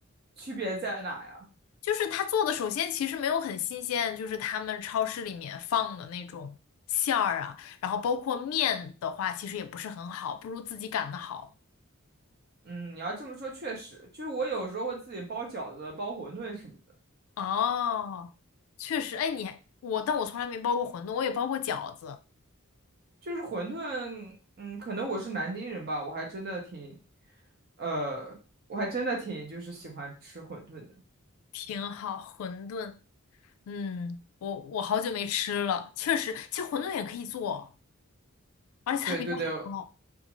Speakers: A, on the right; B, on the left.
A: 区别在哪呀？
B: 就是他做的，首先其实没有很新鲜，就是他们超市里面放的那种馅儿啊，然后包括面的话，其实也不是很好，不如自己擀的好。
A: 嗯，你要这么说，确实，就是我有时候会自己包饺子、包馄饨什么
B: 哦，确实，哎，你还我，但我从来没包过馄饨，我也包过饺子，
A: 就是馄饨，嗯，可能我是南京人吧，我还真的挺，呃，我还真的挺就是喜欢吃馄饨的。
B: 挺好。馄饨，嗯，我我好久没吃了，确实，其实馄饨也可以做，而且它比较好包，
A: 对对对，